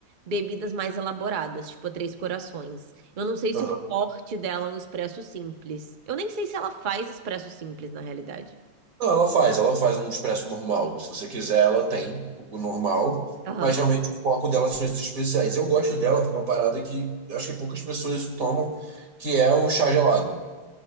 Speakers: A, on the right (about 85°); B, on the right (about 45°).
A: bebidas mais elaboradas, tipo a Três Corações. Eu não sei se
B: Aham.
A: o forte dela é um expresso simples. Eu nem sei se ela faz expresso simples, na realidade.
B: Não, ela faz. Ela faz um expresso normal. Se você quiser, ela tem o normal.
A: Aham.
B: Mas realmente o foco dela são esses especiais. Eu gosto dela por uma parada que eu acho que poucas pessoas tomam, que é o chá gelado.